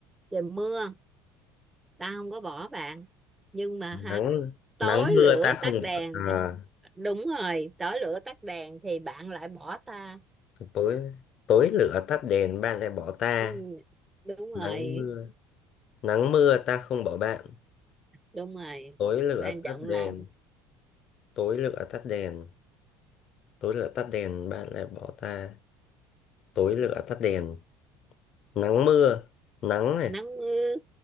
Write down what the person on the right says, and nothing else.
trời mưa tao không có bỏ bạn nhưng mà hả
tối
lửa
tắt đèn
<laughs> đúng rồi tối lửa tắt đèn thì bạn lại bỏ ta
Ừ, đúng
rồi
đúng rồi
quan trọng
là
nắng mưa